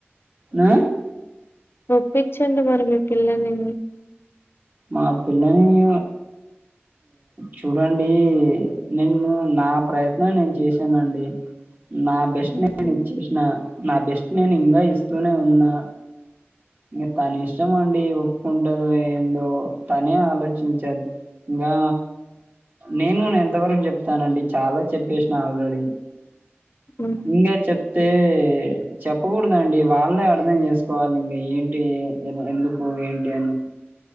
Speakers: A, on the right; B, on the left.
A: ఆ
B: ఒప్పించండి మరి మీ పిల్లని
A: మాపిల్ల ని చూడండి నేన్ను నా ప్రయత్నం నేను చేసానండి నా బెస్ట్
B: హుహు.
A: నేను ఇచ్చేసిన నా బెస్ట్ నేను ఇంకా ఇస్తూనే ఉన్నా ఇంకా తన ఇష్టం అండి ఒప్పుకుంటాందో ఏందో తనే ఆలోచించాలి ఇంకా నేను ఎంత వరకు చెప్తానండి చాలా చెప్పేసిన ఆల్రెడీ
B: హ్మ్.
A: ఇకా చెప్తే చెప్ చెప్పకూడదండి వాళ్ళే అర్థం చేసుకోవాలి ఇంక ఏంటి ఎందుకు ఏంటి అని